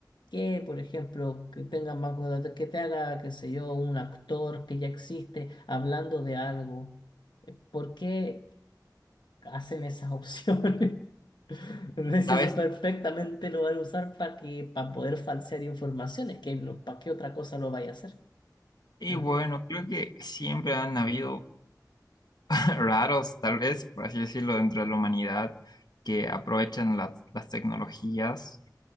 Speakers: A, on the left (about 80°); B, on the left (about 65°).
A: que, por ejemplo, que tengan banco de datos, que te haga, qué sé yo, un actor que ya existe hablando de algo. Eh, ¿Por qué hacen esas <laughs> opciones? Entonces,
B: ¿Sabes?
A: Eso perfectamente lo van a usar para que, para poder falsear informaciones, que no, para qué otra cosa lo vaya a hacer.
B: Y
A: Ah,
B: bueno, creo que siempre han habido <laughs> raros, tal vez, por así decirlo, dentro de la humanidad, que aprovechan las, las tecnologías.